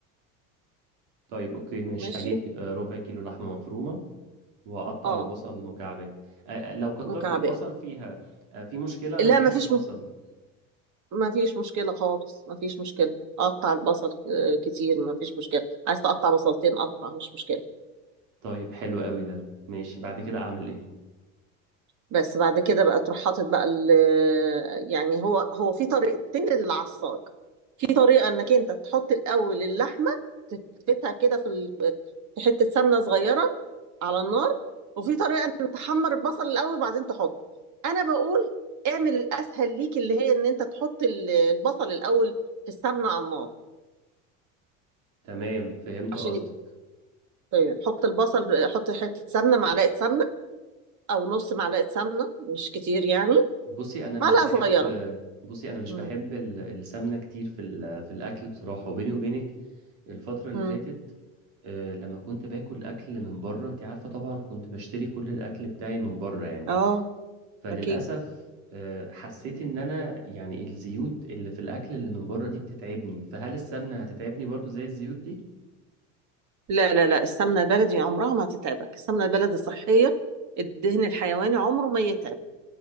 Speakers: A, on the right (about 75°); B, on the right (about 50°).
A: طيب اوكي ماشي
B: ماشي
A: هجيب آه، ربع كيلو لحمة مفرومة وأقطع
B: اه
A: البصل مكعبات آه، لو كترت
B: مكعبات
A: البصل فيها آه، في مشكلة أنا
B: لا
A: بحب
B: ما فيش
A: البصل
B: م... ما فيش مشكله خالص ما فيش مشكله قطع البصل آه، كتير ما فيش مشكله عايز تقطع بصلتين قطع مش مشكله
A: طيب حلو قوي ده ماشي بعد كده أعمل إيه
B: بس بعد كده بقى تروح حاطط بقى ال... يعني هو هو في طريقتين للعصاج في طريقه انك انت تحط الاول اللحمه تفتها كده في في حتة سمنة صغيرة على النار وفي طريقة انك تحمر البصل الاول وبعدين تحط انا بقول اعمل الاسهل ليك اللي هي ان انت تحط ال- البصل الاول في السمنة على النار
A: تمام فهمت
B: عشان
A: قصدك
B: يبقى طيب حط البصل حط حتة سمنة معلقة سمنة او نص معلقة سمنة مش كتير يعني
A: بصي أنا مش
B: معلقة
A: بحب
B: صغيرة
A: بصي أنا مش
B: امم
A: بحب ال- السمنة كتير في ال- في الأكل بصراحة وبيني وبينك الفترة اللي
B: امم
A: فاتت آه، لما كنت باكل أكل من بره أنت عارفة طبعا كنت بشتري كل الأكل بتاعي من بره يعني
B: اه
A: فللأسف
B: اكيد
A: آه، حسيت إن أنا يعني الزيوت اللي في الأكل اللي من بره دي بتتعبني فهل السمنة هتتعبني برضو زي الزيوت دي؟
B: لا لا لا السمنة البلدي عمرها ما هتتعبك السمنة البلدي صحية الدهن الحيواني عمره ما يتعب